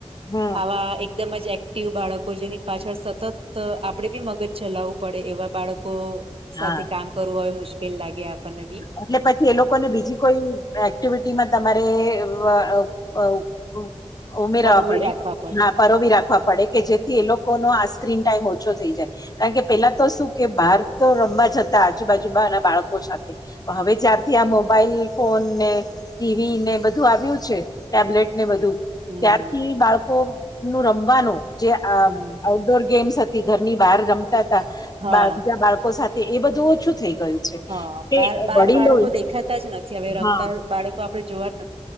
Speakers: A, on the left (about 35°); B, on the right (about 55°).
A: હમ
B: આવા એ દમ જ એક્ટિવ બાળકો જેની પાછળ સતત આપણે બી મગજ ચલાવવું પડે એવા બાળકો સાથે
A: હા
B: કામ કરવું હવે મુશ્કેલ લાગે આપણને બી
A: એટલે પછી એ લોકોને બીજી કોઈ એક્ટિવિટીમાં તમારે અ ઉ ઉમેરવા
B: પરોવી
A: પડે
B: રાખવા પડે
A: ના પરોવી રાખવા પડે કે જેથી એ લોકોનો આ સ્ક્રીન ટાઈમ ઓછો થઈ જાય કારણ કે પેલા તો શું કે બહાર તો રમવા જતા આજુબાજુમાંના બાળકો સા હવે જ્યારથી આ મોબાઈલ ફોનને ટીવીને બધું આવ્યું છે, ટેબ્લેટને એ બધું
B: હમ
A: ત્યારથી બાળકોનું રમવાનું જે
B: હમ હમ
A: આઉટડોર ગેમ્સ હ તી ઘરની બહાર રમતાતા
B: હા
A: બાર બીજા બાળકો સાથે એ બધું ઓછું થઈ ગયું છે
B: હ
A: કે
B: બાર બાર
A: વડીલો
B: બાળકો દેખાતા જ નથી. હવે
A: હા
B: રમતા બાળકો આપડે જોવા જ ન